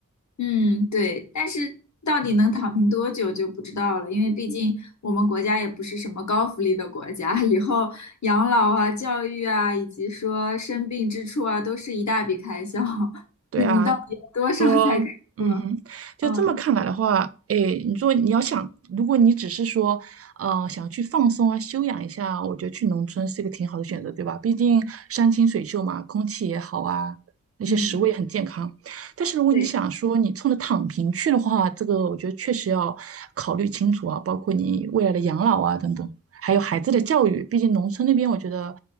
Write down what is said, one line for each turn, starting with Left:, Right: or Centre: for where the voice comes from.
Left: 嗯，对，但是到底能躺平多久就不知道了，因为毕竟我们国家也不是什么高福利的国家，<laughs> 以后养老啊、教育啊，以及说生病支出啊，都是一大笔开销。<laughs>
Right: 对啊。
Left: 你到底有多少才可以说？
Right: 说，嗯哼，就这么看来的话，
Left: 嗯
Right: 哎，你说你要想，如果你只是说，呃，想去放松啊、休养一下，我觉得去农村是一个挺好的选择，对吧？毕竟山清水秀嘛，空气也好啊，那些食物也很健康。
Left: 嗯，
Right: 但是如果你想说你冲着躺平去的话，
Left: 对，
Right: 这个我觉得确实要考虑清楚啊，包括你未来的养老啊等等，还有孩子的教育，毕竟农村那边我觉得，